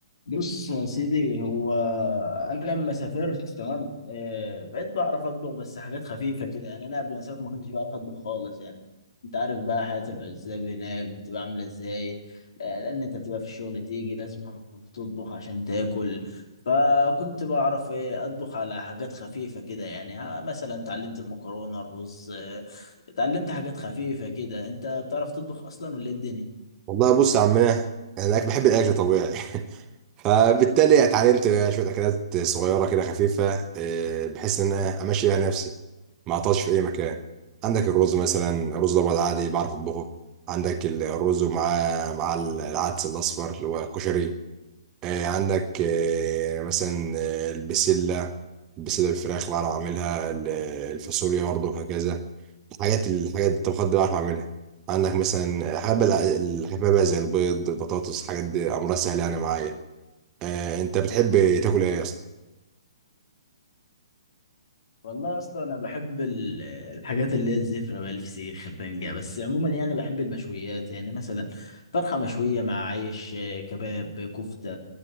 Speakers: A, on the left; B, on the right.
A: بص يا سيدي هو انا لما سافرت تمام آه، بقيت بعرف اطبخ بس حاجات خفيفه كده يعني انا قبل ما اسافر ما كنتش بعرف اطبخ خالص يعني انت عارف بقى حياه العزاب هناك بتبقى عامله ازاي آه، لان انت بتبقى في الشغل تيجي لازم تطبخ عشان تاكل فكنت بعرف ايه اطبخ على حاجات خفيفه كده يعني آه، مثلا اتعلمت المكرونه الرز آه، اتعلمت حاجات خفيفه كده انت بتعرف تطبخ اصلا ولا إيه الدنيا
B: والله بص يا عمنا انا الأكل- بحب الاكل طبيعي <laughs> فبالتالي اتعلمت شويه اكلات صغيره كده خفيفه آه، بحيث ان انا امشي بيها نفسي ما اعطلش في اي مكان عندك الرز مثلا رز الابيض عادي بعرف اطبخه عندك الرز ومعاه مع العدس الاصفر اللي هو كشري آه، عندك آه، مثلا آه، البسله البسله بالفراخ بعرف اعملها ال- الفاصوليا برضه وهكذا حاجات الحاجات الطبخات دي بعرف اعملها عندك مثلا حابب الحبابة بقى زي البيض البطاطس الحاجات دي امرها سهل يعني معايا آه، انت بتحب تاكل ايه يا اسطى
A: والله اصلا انا بحب ال- الحاجات اللي هي الزفره بقى الفسيخ الرنجه بس عموما يعني بحب المشويات يعني مثلا فرخه مشويه مع عيش آه، كباب كفته